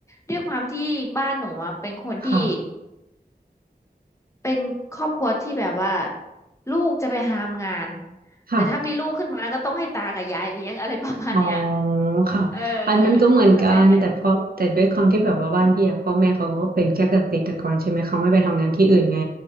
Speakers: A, on the left (about 15°); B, on the right (about 60°).
A: ด้วยความที่บ้านหนูอะเป็นคนที่
B: ค่ะ
A: เป็นครอบครัวที่แบบว่าลูกจะไปหามงาน
B: ค่ะ
A: แต่ถ้ามีลูกขึ้นมาก็ต้องให้ตากับยายเลี้ยงอะไรประมาณเนี้ย
B: อ๋อค่ะอันนั้นก็เหมือนกันแต่เพราะแต่ด้วยความที่แบบว่าบ้านพี่อะพ่อแม่เขาก็เป็นแค่เกษตรกรใช่ไหมเขาไม่ไปทำงานที่อื่นไง
A: เออเข้าใจไหมอืม